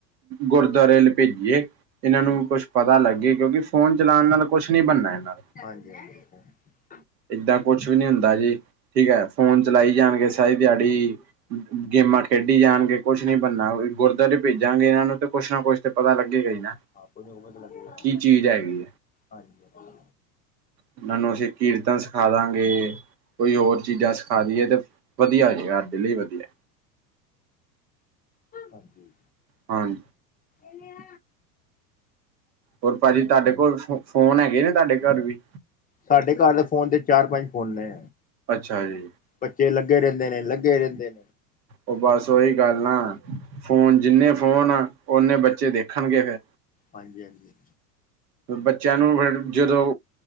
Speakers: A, on the right; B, on the left.
A: ਗੁਰਦੁਆਰੇ ਭੇਜੀਏ। ਇਹਨਾਂ
B: ਹੂੰ
A: ਨੂੰ ਕੁਛ ਪਤਾ ਲੱਗੇ ਕਿਉਂਕਿ ਫ਼ੋਨ ਚਲਾਉਣ ਨਾਲ ਕੁਛ ਨਹੀਂ ਬਣਨਾ ਇਹਨਾਂ ਦਾ
B: ਹਾਂਜੀ-ਹਾਂਜੀ।
A: ਏਦਾਂ ਕੁਛ ਵੀ ਨੀ ਹੁੰਦਾ ਜੀ ਠੀਕ ਹੈ, ਫੋਨ ਚਲਾਈ ਜਾਣਗੇ ਸਾਰੀ ਦਿਹਾੜੀ ਗੇਮਾਂ ਖੇਡੀ ਜਾਣਗੇ ਕੁਛ ਨੀ ਬਣਨਾ, ਗੁਰਦੁਆਰੇ ਭੇਜਾਂਗੇ ਇਹਨਾਂ ਨੂੰ ਤੇ ਕੁੱਛ ਨਾ ਕੁੱਛ ਤੇ ਪਤਾ ਲੱਗੇਗਾ ਹੀ ਨਾ।
B: ਹਾਂ, ਕੁਝ ਨਾ ਕੁਝ ਪਤਾ ਲੱਗੇਗਾ
A: ਕੀ ਚੀਜ਼ ਹੈਗੀ ਹੈ
B: ਹਾਂਜੀ- ਹਾਂ।
A: ਇਹਨਾਂ ਨੂੰ ਅਸੀਂ ਕੀਰਤਨ ਸਿਖਾ ਦਾਂਗੇ। ਕੋਈ ਹੋਰ ਚੀਜ਼ਾਂ ਸਿਖਾ ਦੀਏ ਤਾਂ ਵਧੀਆ ਜੇ ਦਿੱਲੀ ਵਧੀਆ।
B: ਹਾਂਜੀ।
A: ਹਾਂਜ
B: ਇਹ ਆ
A: ਹੋਰ ਭਾਜੀ ਤੁਹਾਡੇ ਕੋਲ ਫੋ, ਫੋਨ ਹੈਗੇ ਨੇ, ਤੁਹਾਡੇ ਘਰ ਵੀ?
B: ਸਾਡੇ ਘਰ ਦੇ, ਫੋਨ ਤੇ ਚਾਰ-ਪੰਜ ਫੋਨ ਨੇ।
A: ਅੱਛਾ ਜੀ।
B: ਬੱਚੇ ਲੱਗੇ ਰਹਿੰਦੇ ਨੇ, ਲੱਗੇ ਰਹਿੰਦੇ।
A: ਉਹ ਬਸ ਉਹੀ ਗੱਲ ਨਾ, ਫੋਨ, ਜਿੰਨੇ ਫੋਨ, ਉਨੇ ਬੱਚੇ ਦੇਖਣਗੇ ਫਿਰ।
B: ਹਾਂਜੀ-ਹਾਂਜੀ।
A: ਬੱਚਿਆਂ ਨੂੰ ਫਿਰ ਜਦੋਂ,